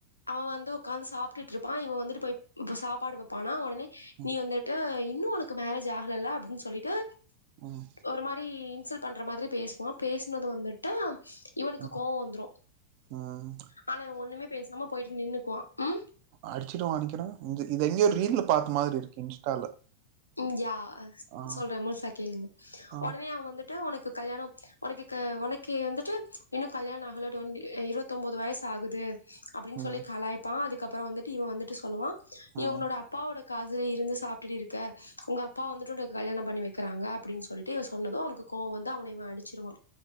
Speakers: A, on the left; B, on the right.
A: அவ வந்து உக்காந்து சாப்ட்டுட்டிருப்பா. இவ வந்துட்டு போய் சாப்பாடு வப்பானா உடனே
B: ம்
A: நீ வந்துட்டு இன்னு உனக்கு மேரேஜ் ஆகலல்ல அப்டின் சொல்லிட்டு
B: ம்
A: ஒரு மாரி இன்சல் பண்ற மாதிரி பேசுவா. பேஸ்னது வந்துட்டு இவனுக்கு
B: ம்
A: கோவோ வந்துரு.
B: ம்
A: ஆனா இவ ஒண்ணுமே பேசாம போயிட்டு நின்னுக்குவா உம்
B: அடிச்சுட்டு வானிகறா இங்க இது எங்கயோ ரீல்ல பாத்த மாரி இருக்கு இன்ஸ்டால
A: ம் யா
B: ஆ
A: சொல்ற முழுசா கேளுங்க.
B: ஆ
A: உடனே அவ வந்துட்டு உனக்கு கல்யாணோ உனக்கு உனக்கு வந்துட்டு இன்னு கல்யாணோ ஆகல. டொன்டி இருவத்தொன்போது வயசு ஆகுது அப்டின்
B: ம்
A: சொல்லி கலாய்ப்பா. அதுக்கப்புறோ வந்துட்டு இவ வந்துட்டு சொல்லுவா,
B: ம்
A: இவனோட அப்பாவோட காசுல இருந்து சாப்டிட்டு இரு கே உங்க அப்பா வந்துட்டு உனக்கு கல்யாணோ பண்ணி வைக்கிறாங்க அப்டின்னு சொல்லிட்டு இவ சொன்னது அவனுக்கு கோவோ வந்து அவனஇவ அடிச்சிருவா.